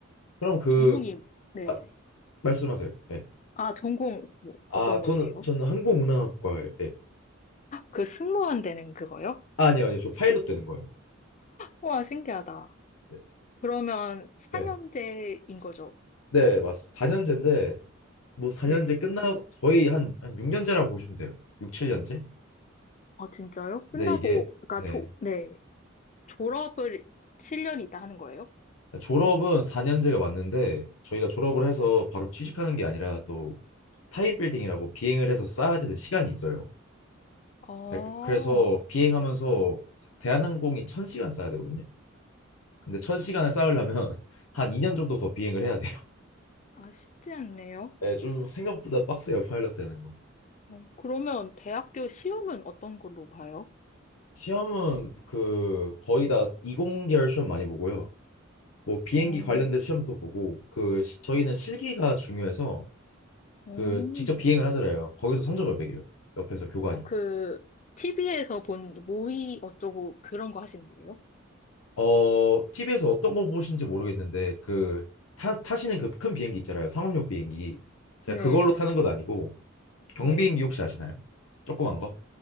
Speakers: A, on the left (about 85°); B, on the left (about 35°).
A: 그럼 그,
B: 전공이, 네네.
A: 아, 말씀하세요. 네.
B: 아, 전공, 뭐,
A: 아,
B: 어떤 거세요?
A: 저는, 저는 항공운항학과예요.
B: 그 승무원 되는 그거요?
A: 아, 아니요, 아니요. 저 파일럿 되는 거예요.
B: 와, 신기하다.
A: 네.
B: 그러면 4년제인
A: 네,
B: 거죠?
A: 네, 맞습니다. 4년제인데, 뭐 4년제
B: 네.
A: 끝나고, 거의 한, 한 6년제라고 보시면 돼요. 6, 7년제?
B: 아, 진짜요?
A: 네,
B: 끝나고,
A: 이게,
B: 그러니까,
A: 네.
B: 조, 네. 졸업을 7년 있다 하는 거예요?
A: 졸업은 4년제가 맞는데, 저희가 졸업을 해서 바로 취직하는 게 아니라 또 타임 빌딩이라고 비행을 해서 쌓아야 되는 시간이 있어요.
B: 아,
A: 예, 그래서 비행하면서 대한항공이 천시간 쌓아야 되거든요. 근데 천 시간을 쌓으려면 <laughs> 한 2년 정도 더 비행을 해야 돼요.
B: 아, 쉽지 않네요.
A: 네, 좀 생각보다 빡세요, 파일럿 되는 거.
B: 어, 그러면 대학교 시험은 어떤 걸로 봐요?
A: 시험은 그 거의 다 이공계열 시험 많이 보고요. 뭐 비행기
B: 어,
A: 관련된 시험도 보고 그 시- 저희는 실기가 중요해서
B: 어.
A: 그 직접 비행을 하잖아요. 거기서 성적을 매겨요. 옆에서 교관이.
B: 어, 그, TV에서 본 모의 어쩌고 그런 거 하시는 거예요?
A: 어, TV에서 어떤 거 보신지 모르겠는데 그 타, 타시는 그 큰 비행기 있잖아요. 상업용 비행기. 제가
B: 네,
A: 그걸로 타는 건 아니고 경비행기
B: 네.
A: 혹시 아시나요? 조그만 거?